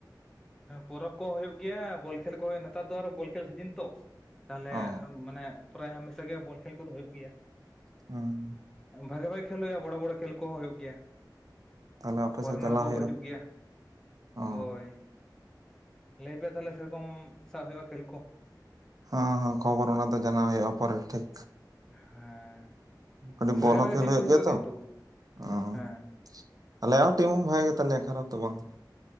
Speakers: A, in the centre; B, on the right.
A: ᱦᱮᱸ ᱯᱚᱨᱚᱵᱽ ᱠᱚ ᱦᱩᱭᱩᱜ ᱜᱮᱭᱟ ᱵᱚᱞ ᱠᱷᱮᱞ ᱠᱚ ᱦᱩᱭᱩᱜᱼᱟ ᱱᱮᱛᱟᱨ ᱫᱚ ᱟᱨᱚ ᱵᱚᱞ ᱠᱷᱮᱞ ᱥᱤᱡᱤᱱ ᱛᱚ ᱾ ᱛᱟᱦᱚᱞᱮ
B: ᱚ
A: ᱢᱟᱱᱮ ᱯᱩᱨᱟᱹ ᱦᱟᱢᱮᱥᱟ ᱜᱮ ᱵᱚᱞ ᱠᱷᱮᱞ ᱠᱚᱫᱚ ᱦᱩᱭᱩᱜ ᱜᱮᱭᱟ?
B: ᱦᱮᱸ
A: ᱵᱷᱟᱜᱮ ᱵᱷᱟᱜᱮ ᱠᱷᱮᱞ ᱦᱩᱭᱩᱜᱼᱟ ᱵᱚᱲᱚ ᱵᱚᱲᱚ ᱠᱷᱮᱞ ᱠᱚᱦᱚᱸ ᱦᱩᱭᱩᱜ ᱜᱮᱭᱟ ᱾
B: ᱛᱟᱦᱚᱞᱮ ᱟᱯᱮ
A: ᱯᱷᱚᱨᱮᱱᱟᱨ
B: ᱥᱮᱫ ᱪᱟᱞᱟᱣ
A: ᱠᱚᱠᱚ
B: ᱦᱩᱭᱩᱜᱼᱟ
A: ᱦᱤᱡᱩᱜ ᱜᱮᱭᱟ
B: ᱚ᱾
A: ᱦᱚᱭ ᱾ ᱞᱟᱹᱭ ᱯᱮ ᱛᱟᱦᱚᱞᱮ ᱥᱮᱨᱚᱠᱚᱢ ᱥᱟᱵ ᱦᱩᱭᱩᱜᱼᱟ ᱠᱷᱮᱞ ᱠᱚ ᱾
B: ᱦᱚᱸ ᱦᱚᱸ ᱠᱷᱚᱵᱚᱨ ᱚᱱᱟ ᱫᱚ ᱡᱟᱱᱟᱣ ᱦᱩᱭᱩᱜᱼᱟ ᱯᱚᱨᱮ ᱛᱮᱡ
A: ᱦᱮᱸ
B: ᱠᱟᱹᱰᱤ ᱵᱚᱞ
A: ᱵᱷᱟᱜᱮ
B: ᱦᱚᱸ
A: ᱵᱷᱟᱜᱮ
B: ᱠᱷᱮᱞ
A: ᱴᱤᱢ
B: ᱦᱩᱭᱩᱜ
A: ᱠᱚ ᱦᱤᱡᱩᱜᱼᱟ
B: ᱜᱮᱭᱟ ᱛᱚ
A: ᱠᱤᱱᱛᱩ
B: ᱚᱸ
A: ᱦᱮᱸ
B: ᱟᱞᱮᱭᱟᱜ ᱦᱚᱸ ᱴᱤᱢ ᱵᱷᱟᱜᱮ ᱜᱮᱛᱟᱞᱮᱭᱟ ᱠᱷᱟᱨᱟᱯ ᱫᱚ ᱵᱟᱝ